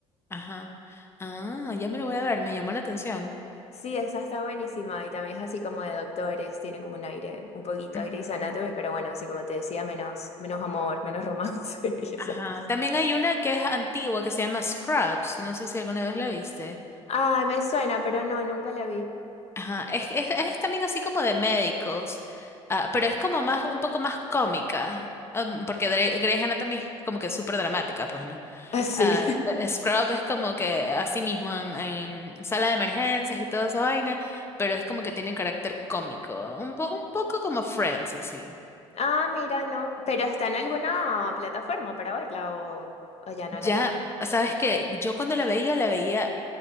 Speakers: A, on the left; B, on the left.
A: Ajá. Ah, ya me lo voy a ver, me llamó la atención.
B: Sí, esa está buenísima y también es así como de doctores, tiene como un aire un poquito
A: Ujú.
B: a Grey's Anatomy, pero bueno, así como te decía, menos, menos amor, menos romance <laughs> y esas
A: Ajá.
B: cosas.
A: También hay una que es antigua que se llama Scrubs. No sé si alguna vez la viste.
B: Ah, me suena, pero no, nunca la vi.
A: Ajá, es, es, es también así como de médicos, ah, pero es como más, un poco más cómica, am, porque Dre- Grey's Anatomy es como que súper dramática, pues, ¿no?
B: Ah, Sí.
A: Ah,
B: <laughs>
A: eh, Scrub es como que así mismo en, en sala de emergencias y toda esa vaina, pero es como que tiene carácter cómico, un po- un poco como Friends, así.
B: Ah, mira, no, pero está en alguna plataforma para verla o, o ya no
A: Ya,
B: la tiene.
A: sabes que yo cuando la veía, la veía,